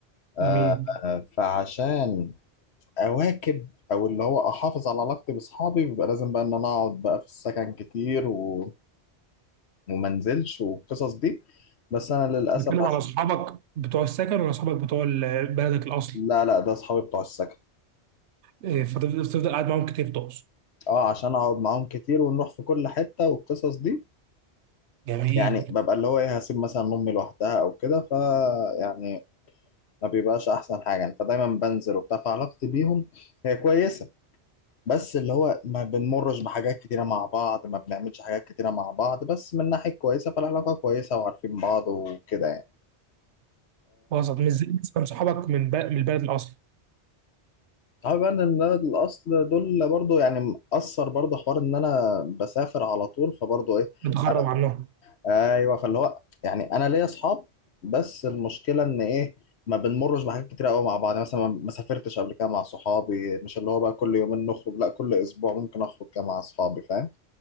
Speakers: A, on the left; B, on the right.
A: آه
B: جميل
A: آه، فعشان اواكب او اللي هو احافظ على علاقتي باصحابي بيبقى لازم بقى ان انا اقعد بقى في السكن كتير و... وما انزلش والقصص دي بس انا للاسف
B: بتتكلم
A: عشان
B: على اصحابك بتوع السكن ولا اصحابك بتوع ال- بلدك الاصل
A: لا لا ده اصحابي بتوع السكن
B: إيه، فتفضل تفضل قاعد معاهم كتير تقصد
A: اه عشان اقعد معاهم كتير ونروح في كل حته والقصص دي
B: جميل
A: يعني ببقى اللي هو ايه هسيب مثلا امي لوحدها او كده ف يعني ما بيبقاش احسن حاجه يعني فدايما بنزل وبتاع فعلاقتي بيهم هي كويسه بس اللي هو ما بنمرش بحاجات كتيره مع بعض ما بنعملش حاجات كتيره مع بعض بس من ناحيه كويسه فالعلاقه كويسه وعارفين بعض وكده يعني
B: وسط مش زي مثلا صحابك من ب- من البلد الاصل
A: صعب بقى ان ده الاصل دول برضو يعني مأثر برضو حوار ان انا بسافر على طول فبرضو ايه
B: بتغرب
A: على-
B: عنهم
A: ايوه فاللي هو يعني انا ليا اصحاب بس المشكله ان ايه ما بنمرش بحاجات كتير قوي مع بعض يعني مثلا ما سافرتش قبل كده مع صحابي مش اللي هو بقى كل يومين نخرج لا كل اسبوع ممكن اخرج كده مع اصحابي فاهم